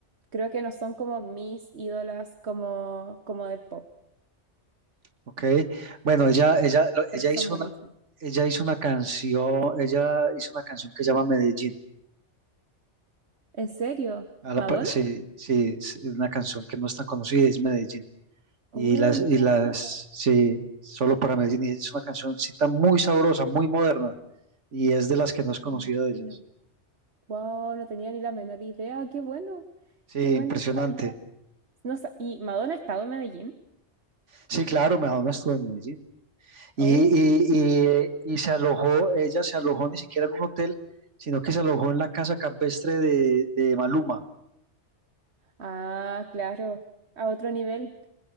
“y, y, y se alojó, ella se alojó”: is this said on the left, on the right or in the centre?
Right